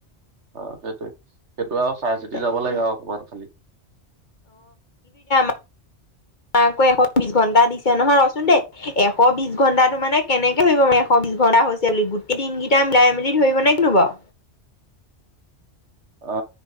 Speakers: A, on the right; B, on the left.
A: অ সেইটোয়ে সেইটোয়ে সেইটো আৰু চাই চিতি
B: তাকে
A: যাব লাগে আৰু অকমান খালি।
B: <inaudible> ম, আকৌ এশ বিশ ঘণ্টা দিছে নহয়, ৰচোন দে এশ বিশ ঘণ্টাটো মানে কেনেকে ধৰিম আমি এশ বিশ। ত, ঘন্টা হৈছে বুলি গোটেই দিনকেইটা মিলাই মেলি ধৰিব নে কিনো বাৰু।
A: অ,